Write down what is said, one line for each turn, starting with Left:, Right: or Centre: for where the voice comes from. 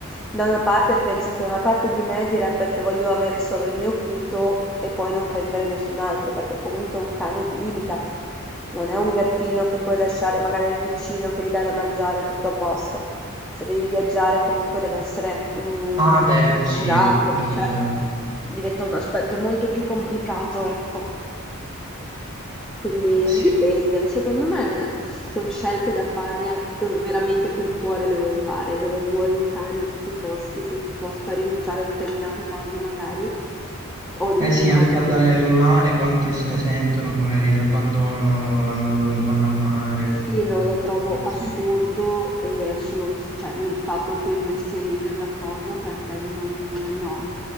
Centre: da una parte penso che una parte di me direbbe che voglio avere solo il mio Pluto e poi non prendere nessun altro, perché comunque un cane ti limita. Non è un gattino che puoi lasciare magari al vicino che gli dà da mangiare tutto a posto. Se devi viaggiare comunque deve essere mm,
Right: Ah, vero, sì.
Centre: curato,
Right: Vero,
Centre: cioè
Right: vero.
Centre: diventa un aspetto molto più complicato, ecco. Quindi
Right: Eh,
Centre: eh,
Right: sì.
Centre: dipende, secondo me sono scelte da fare dove veramente col cuore le vuoi fare, dove vuoi un cane a tutti i costi, sei disposto a rinunciare a determinate cose magari o a determinati
Right: Eh sì, anche andare
Centre: tempi.
Right: al mare, quante se ne sentono che magari le abbandonano vanno- quando vanno al mare.
Centre: Sì, no, lo trovo
Right: Eh
Centre: assurdo
Right: sì.
Centre: e sono cioè, mi fa proprio imbestialire la cosa perché non, no,